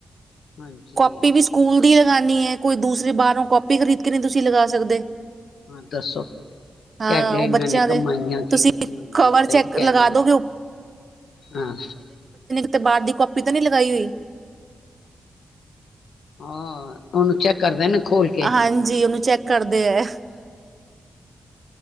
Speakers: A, on the left; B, on the right.
A: ਹਾਂਜੀ
B: ਕਾੱਪੀ ਵੀ ਸਕੂਲ ਦੀ ਹੈ ਕੋਈ ਦੂਸਰੀ ਬਾਹਰੋਂ ਕਾਪੀ ਖਰੀਦ ਕੇ ਨਹੀਂੀ ਤੁਸੀਂ ਲਗਾ ਸਕਦੇ
A: ਹਾਂ ਦੱਸੋ
B: ਹਾਂ
A: ਕਡੇ
B: ਉਹ
A: ਇਹਨਾਂ
B: ਬੱਚਿਆਂ
A: ਨੇ ਕਮਾਈਆਂ
B: ਦੇ
A: ਕੀਤੀਆਂ
B: ਤੁਸੀਂ
A: ਹੋਈਆਂ
B: ਕਵਰ
A: ਸਹੀ
B: ਚੈੱਕ
A: ਕਹਿ
B: ਲਗਾ
A: ਰੇ ਓ
B: ਦੋਗੇ
A: ਹਾਂ
B: ਤੇ ਬਾਹਰ ਦੀ ਕਾੱਪੀ ਤਾਂ ਨੀ ਲਗਾਈ ਹੋਈ
A: ਹਾਂ ਔਨੂ ਚੈੱਕ ਕਰਦਾ ਐ ਨਾ ਖੋਲ ਕੇ
B: ਹਾਂਜੀ ਉਹਨੂੰ ਚੈੱਕ ਕਰਦੇ ਹੈ